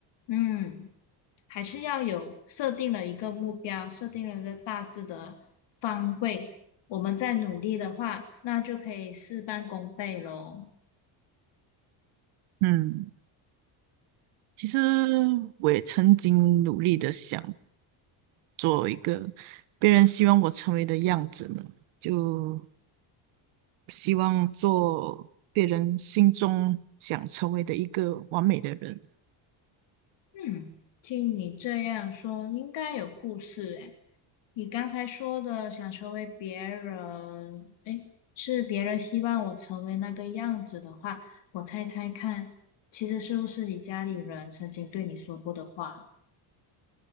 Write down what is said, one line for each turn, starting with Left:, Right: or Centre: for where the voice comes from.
Left: 嗯，还是要有设定了一个目标，设定了一个大致的方位，我们再努力的话，那就可以事半功倍喽。
Right: 嗯。其实我也曾经努力的想做一个别人希望我成为的样子呢？就希望做别人心中想成为的一个完美的人。
Left: 嗯，听你这样说，应该有故事诶。你刚才说的想成为别人，诶，是别人希望我成为那个样子的话，我猜猜看，其实是不是你家里人曾经对你说过的话？